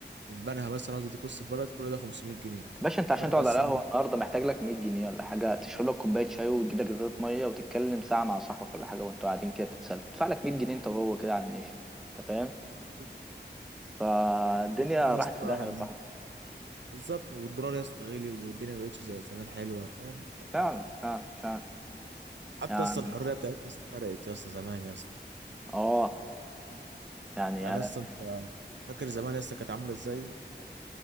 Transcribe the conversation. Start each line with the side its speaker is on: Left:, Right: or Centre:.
Right: من بنها مثلا عاوز يديك وسط البلد كل ده 500 جنيه
Centre: باشا انت عشان
Right: وانت
Centre: تقعد
Right: اساسا
Centre: على قهوه النهارده محتاج لك 100 جنيه ولا حاجه تشرب لك كوبايه شاي وتجيب لك ازازه ميه وتتكلم ساعه مع صاحبك ولا حاجه وانتوا قاعدين كده تتسلوا تدفع لك 100 جنيه انت وهو كده على الماشي انت فاهم
Right: 500
Centre: فالدنيا
Right: جنيه يا
Centre: راحت
Right: اسطى
Centre: في داهيه
Right: يعني
Centre: يا صاحبي
Right: بالظبط والدولار يا اسطى غلي والدنيا ما بقتش زي زمان حلوه فاهم
Centre: فعلا فعلا فعلا
Right: حتى
Centre: يعني
Right: يا اسطى الحريه بتاعتنا يا اسطى فرقت يا اسطى زمان يا اسطى
Centre: اه يعني
Right: يعني يا
Centre: انا
Right: اسطى انت فاكر زمان يا اسطى كانت عامله ازاي يعني